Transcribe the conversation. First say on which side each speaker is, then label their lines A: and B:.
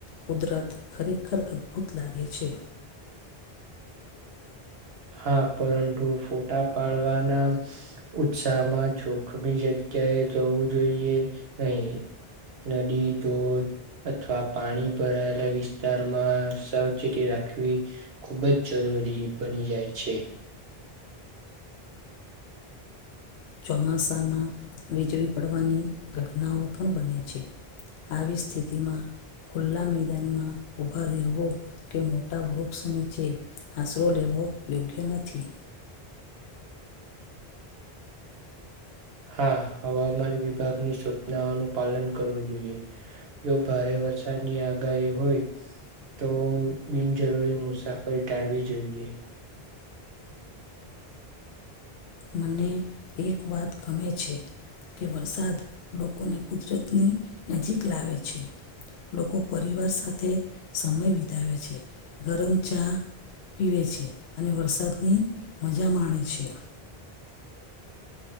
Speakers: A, on the left; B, on the right.
A: કુદરત ખરેખર અદ્ભુત લાગે છે.
B: હા, પરંતુ ફોટા પાડવાના. ઉત્સાહમાં જોખમી જગ્યાએ જવું જોઈએ નહીં. નદી, ધોધ. અથવા પાણી ભરાયેલા વિસ્તારમાં સાવચેતી રાખવી. ખુબ જ જરૂરી બની જાય છે.
A: ચોમાસામાં વીજળી પડવાની ઘટનાઓ પણ બને છે. આવી સ્થિતિમાં ખુલ્લા મેદાનમાં ઊભા રહેવુ કે, મોટા વૃક્ષ નીચે આશરો લેવો યોગ્ય નથી.
B: હા, હવામાન વિભાગની સૂચનાઓનું પાલન કરવું જોઈએ. જો ભારે વરસાદની આગાહી હોય. તો બિનજરૂરી મુસાફરી ટાળવી જોઈએ.
A: મને એક વાત ગમે છે. કે વરસાદ લોકોને કુદરતની નજીક લાવે છે. લોકો પરિવાર સાથે સમય વિતાવે છે, ગરમ ચા. પીવે છે, અને વરસાદની મજા માણે છે.